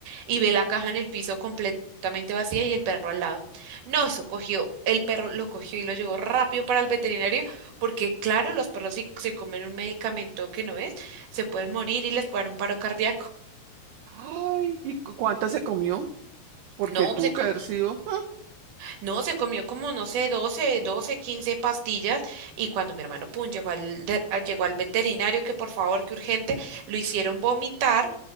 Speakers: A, on the right; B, on the right.
A: y ve la caja en el piso completamente vacía y el perro al lado. No, eso cogió, el perro lo cogió y lo llevó rápido para el veterinario porque claro, los perros si se comen un medicamento que no es, se pueden morir y les puede dar un paro cardíaco.
B: ¡Ay! ¿Y cu- cuánta se comió? Porque
A: No,
B: tuvo
A: se, co-
B: que haber sido.
A: no, se comió como, no sé, doce doce 15 pastillas y cuando mi hermano, pum, llegó al, de- a- llegó al veterinario que por favor, que urgente, lo hicieron vomitar